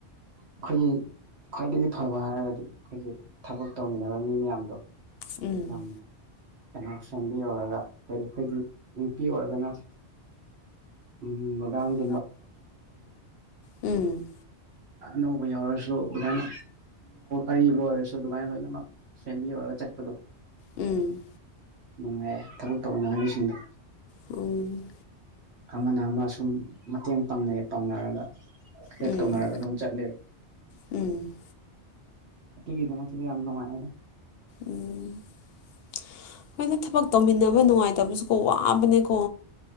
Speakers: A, on the right; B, on the left.
A: ꯑꯩꯈꯣꯏꯒꯤ ꯈ꯭ꯋꯥꯏꯗꯒꯤ ꯐꯕ ꯍꯥꯏꯔꯒꯗꯤ ꯑꯩꯈꯣꯏꯒꯤ ꯊꯕꯛ ꯇꯧꯃꯤꯟꯅꯕ ꯃꯤ ꯃꯌꯥꯝꯗꯣ <inaudible>
B: ꯎꯝ
A: ꯌꯥꯝ ꯀꯩꯅꯣ ꯁꯦꯝꯕꯤ ꯑꯣꯏꯔꯒ ꯑꯩꯈꯣꯏ ꯅꯨꯄꯤ ꯑꯣꯏꯔꯒꯅ ꯎꯝ <unintelligible>
B: <inaudible> ꯎꯝ
A: ꯑꯅꯧꯕ ꯌꯥꯎꯔꯁꯨ ꯑꯗꯨꯃꯥꯏꯅ ꯑꯔꯤꯕ ꯑꯣꯏꯔꯁꯨ ꯑꯗꯨꯃꯥꯏꯅ ꯂꯣꯏꯅꯃꯛ ꯁꯦꯟꯗꯤ ꯑꯣꯏꯔꯒ ꯆꯠꯄꯗꯣ
B: ꯎꯝ
A: ꯅꯨꯡꯉꯥꯏꯌꯦ ꯊꯕꯛ ꯇꯧꯃꯤꯟꯅꯤ ꯉꯥꯏ ꯃꯤꯁꯤꯡꯗꯣ
B: <unintelligible> ꯎꯝ
A: ꯑꯃꯅ ꯑꯃ ꯁꯨꯝ ꯃꯇꯦꯡ ꯄꯥꯡꯅꯩꯌꯦ ꯄꯥꯡꯅꯔꯒ ꯍꯦꯞ
B: ꯎꯝ
A: ꯇꯧꯅꯔꯒ
B: ꯎꯝ
A: ꯑꯗꯨꯝ ꯆꯠꯂꯦ <inaudible>
B: ꯎꯝ
A: ꯑꯗꯨꯒꯤꯗꯉꯛꯇ ꯌꯥꯝꯅꯨꯡꯉꯥꯏ
B: ꯎꯝ <inaudible> ꯍꯣꯏꯗ ꯊꯕꯛ ꯇꯧꯃꯤꯟꯅꯕ ꯅꯨꯡꯉꯥꯏꯇꯕꯁꯨꯀꯣ ꯋꯥꯕꯅꯦꯀꯣ